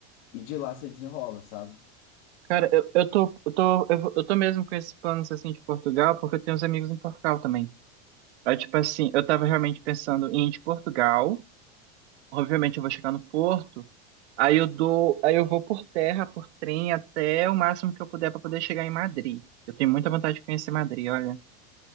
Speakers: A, on the left; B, on the right.
A: e de lá você desenrola, sabe?
B: Cara, eu, eu tô, eu tô, eu, vou- eu tô mesmo com esses planos assim de Portugal, porque eu tenho uns amigos em Portugal também. Aí, tipo assim, eu tava realmente pensando em ir de Portugal. obviamente eu vou chegar no porto, aí eu dou, aí eu vou por terra, por trem até o máximo que eu puder para poder chegar em Madrid. Eu tenho muita vontade de conhecer Madrid, olha.